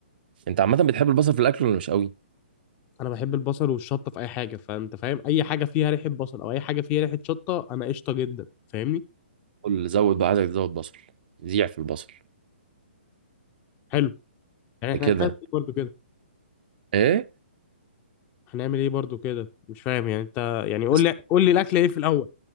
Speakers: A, on the right; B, on the left.
A: انت عامة بتحب البصل في الأكل ولا مش قوي؟
B: انا بحب البصل والشطه في اي حاجه فانت فاهم اي حاجه فيها ريحه بصل او اي حاجه فيها ريحه شطه انا قشطه جدا فاهمني
A: قول زود بقى عايزك تزود بصل زيع في البصل
B: حلو يعني احنا
A: كده
B: هنعمل ايه برضو كده
A: ايه؟
B: هنعمل ايه برضو كده مش فاهم يعني انت يعني قول
A: بس-
B: لي قول لي الاكل ايه في الاول